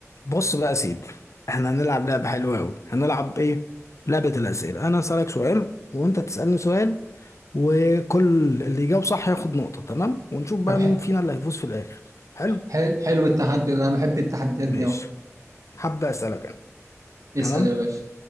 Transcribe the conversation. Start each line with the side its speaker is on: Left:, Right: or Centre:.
Left: بص بقى يا سيدي احنا هنلعب لعبة حلوة أوي هنلعب ايه؟ لعبة الأسئلة أنا هسألك سؤال وأنت تسألني سؤال وكل اللي يجاوب صح ياخد نقطة تمام؟ ونشوف بقى
Right: طب ح-
Left: مين فينا اللي هيفوز في الآخر حلو؟
Right: حل- حلو التحدي ده انا بحب التحديات
Left: ماشي
Right: دي أوي.
Left: هبدأ أسألك أنا
Right: اسأل
Left: تمام؟
Right: يا باشا